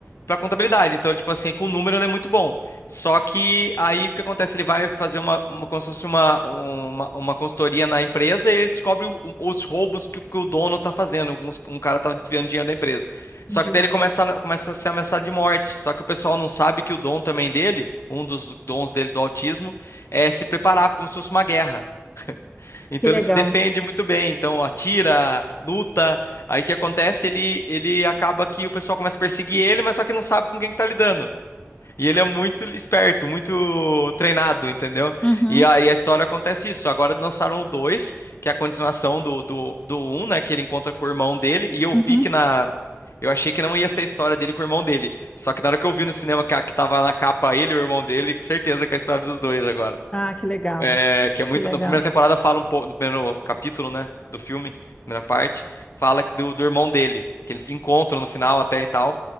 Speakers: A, on the left (about 65°); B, on the left (about 25°).
A: pra contabilidade. Então, ele, tipo assim, com o número ele é muito bom. Só que aí o que acontece? Ele vai fazer uma, uma como se fosse uma, uma, uma consultoria na empresa e ele descobre o- os roubos que, o que o dono tá fazendo. Alguns- um cara tava desviando dinheiro da empresa.
B: entendi.
A: Só que daí ele começa, a- começa a ser ameaçado de morte. Só que o pessoal não sabe que o dom também dele, um dos dons dele do autismo, é se preparar como se fosse uma guerra. Então
B: Que legal.
A: ele se defende muito bem, então atira, luta. Aí o que acontece? Ele, ele acaba que o pessoal começa a perseguir ele, mas só que não sabe com quem que tá lidando. E ele é muito esperto, muito treinado, entendeu?
B: Uhum,
A: E aí a história acontece isso. Agora lançaram o 2, que é a continuação do, do, do 1, né? Que ele encontra com o irmão dele. E eu
B: uhum.
A: vi que na. Eu achei que não ia ser a história dele com o irmão dele. Só que na hora que eu vi no cinema que, a- que tava na capa ele e o irmão dele, com certeza que é a história dos dois agora.
B: Ah, que legal.
A: É, que é muito.
B: Que legal.
A: Na primeira temporada fala um pouco, no primeiro capítulo, né, do filme, primeira parte, fala do, do irmão dele, que eles se encontram no final até e tal.